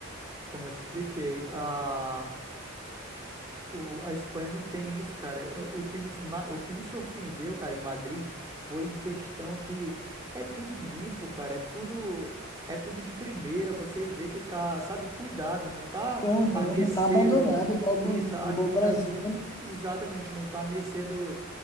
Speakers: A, on the right; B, on the left.
A: como eu te expliquei, a, O- a Espanha não tem isso, cara. Eu- O que me, ma- o que me surpreendeu, cara, em Madrid foi em questão que é tudo limpo, cara. É tudo, é tudo de primeira. Você vê que tá, sabe, cuidado, não tá
B: Aham,
A: à mercê
B: não tá abandonado
A: do.
B: igual, o ban-
A: Isso, a-
B: igual o Brasil,
A: a-
B: né?
A: exatamente, não tá à mercê do.